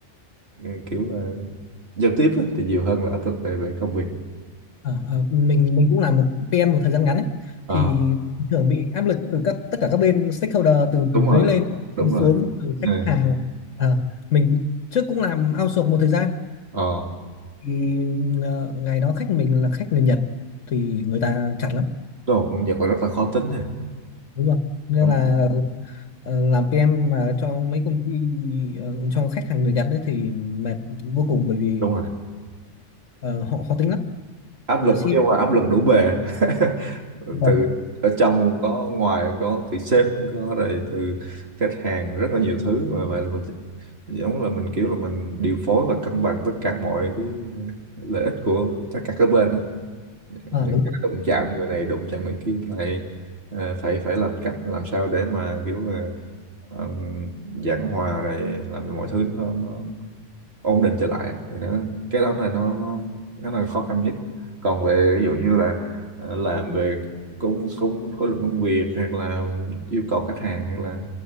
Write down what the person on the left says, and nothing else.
Ờ, ờ, mình mình cũng là một PM một thời gian ngắn ấy
thì thường bị áp lực từ các tất cả các bên stakeholder từ
dưới lên
từ xuống
từ
khách hàng Ờ, mình trước cũng làm outsource một thời gian
thì ờ, ngày đó khách mình là khách người Nhật thì người ta chặt lắm
đúng không nên
là ờ, làm PM mà cho mấy công ty ờ, cho khách hàng người Nhật đấy thì mệt vô cùng bởi vì
ờ, họ khó tính lắm
là
ship
vậy
Ờ,
đúng
rồi